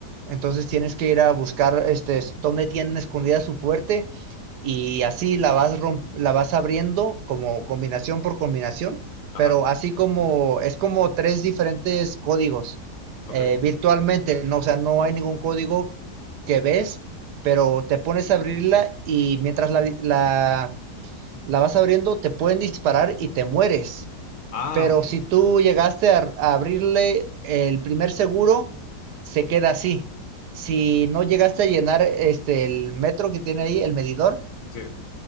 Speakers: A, on the right; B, on the left.
A: Entonces tienes que ir a buscar este, s- dónde tienen escondida su fuerte y así la vas, rom- la vas abriendo como combinación por combinación,
B: Ajá,
A: pero así como es como tres diferentes códigos
B: ok.
A: eh, virtualmente, no, o sea, no hay ningún código que ves, pero te pones a abrirla y mientras la, la, la vas abriendo te pueden disparar y te mueres.
B: Ah,
A: Pero
B: ok.
A: si tú llegaste a, a abrirle el primer seguro, se queda así. Si no llegaste a llenar este, el metro que tiene ahí, el medidor,
B: Sí.